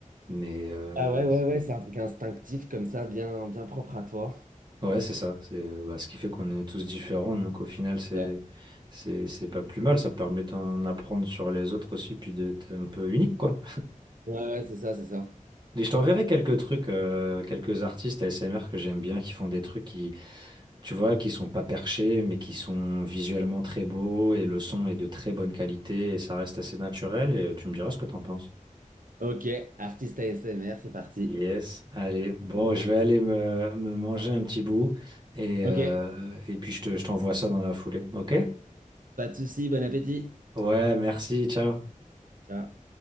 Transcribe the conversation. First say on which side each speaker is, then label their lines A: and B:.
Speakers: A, on the right; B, on the right.
A: Mais, euh,
B: Ah ouais, ouais, ouais, c'est un truc instinctif comme ça, bien, bien propre à toi.
A: Ouais, c'est ça. C'est euh, bah, ce qui fait qu'on est tous différents. Donc au final, c'est
B: Ça.
A: c'est c'est pas plus mal. Ça permet d'en apprendre sur les autres aussi, puis d'être un peu unique, quoi.
B: Ouais, ouais, c'est ça, c'est ça.
A: Et je t'enverrai quelques trucs, euh, quelques artistes ASMR que j'aime bien, qui font des trucs qui, tu vois, qui sont pas perchés, mais qui sont visuellement très beaux et le son est de très bonne qualité et ça reste assez naturel. Et euh, tu me diras ce que t'en penses.
B: Ok, artiste ASMR, c'est parti.
A: Yes, allez. Bon,
B: Bon.
A: je vais aller me, me manger un petit bout et
B: Ok,
A: euh, et puis je te, je t'envoie ça dans la foulée, ok?
B: pas de souci, bon appétit.
A: Ouais, merci, ciao.
B: Ciao.